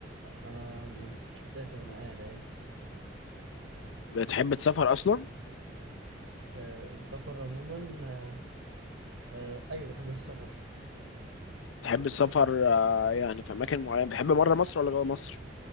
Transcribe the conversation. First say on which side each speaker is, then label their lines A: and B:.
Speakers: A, on the right (about 75°); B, on the left (about 80°).
A: انا ما كنتش مسافر انا قاعد عادي
B: بتحب تسافر اصلا
A: آه السفر عموما آه آه ايوه بحب السفر
B: بتحب السفر آه، يعني في اماكن معينه بتحب بره مصر ولا جوه مصر